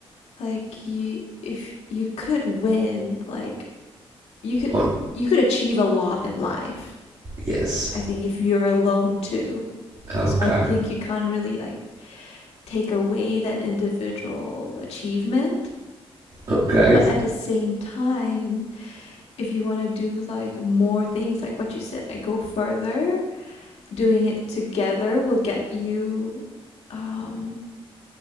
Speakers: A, on the left; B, on the right.
A: Like you if you could win, like you could
B: On
A: you could achieve a lot in life.
B: yes.
A: I think if you're alone too.
B: Okay.
A: So I think you can't really like take away that individual achievement.
B: Okay.
A: But at the same time, if you want to do like more things, like what you said, like go further doing it together will get you um